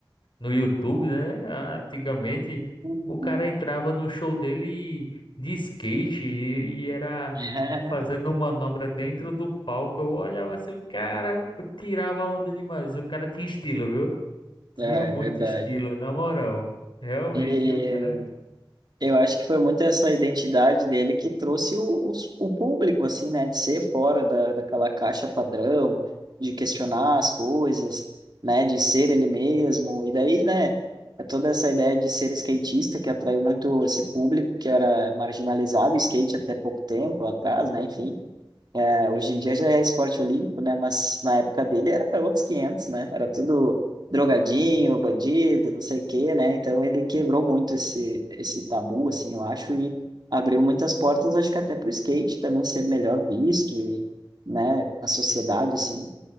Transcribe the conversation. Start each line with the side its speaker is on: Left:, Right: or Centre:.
Left: no YouTube, né? Antigamente,
Right: Uhum.
Left: o cara entrava no show dele de skate e, e era
Right: <laughs>
Left: fazendo manobra dentro do palco. Eu olhava assim, o cara eu tirava onda demais. O cara tinha estilo, viu? Tinha
Right: Ah,
Left: muito
Right: É verdade.
Left: estilo, na moral. Realmente,
Right: E
Left: o cara.
Right: Eu acho que foi muito essa identidade dele que trouxe o, os- o público, assim, né? De ser fora da, daquela caixa padrão, de questionar as coisas, né? De ser ele mesmo. E daí, né? É toda essa ideia de ser skatista que atraiu muito esse público que era marginalizado, o skate até pouco tempo atrás, né? Enfim. É, hoje em dia já é esporte olímpico, né? Mas na época dele era outros 500, né? Era tudo drogadinho, bandido, não sei o quê, né? Então ele quebrou muito esse, esse tabu, assim, eu acho, e abriu muitas portas, acho que até para o skate também ser melhor visto e, né, a sociedade, assim.